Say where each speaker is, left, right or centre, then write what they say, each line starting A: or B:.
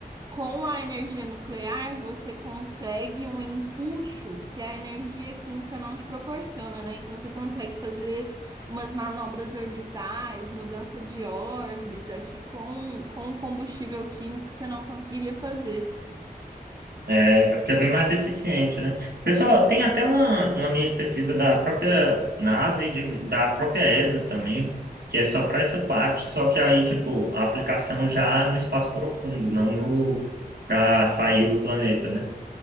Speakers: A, on the right; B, on the right.
A: com a energia nuclear, você consegue um empuxo que a energia química não te proporciona, né? Então você consegue fazer umas manobras orbitais, mudança de órbita, que com, com o combustível químico você não conseguiria fazer.
B: É, é porque é bem mais eficiente, né? Pessoal, tem até uma, uma linha de pesquisa da própria NASA e de- da própria ESA também, que é só para essa parte, só que aí, tipo, a aplicação já é no espaço profundo, não no para sair do planeta, né?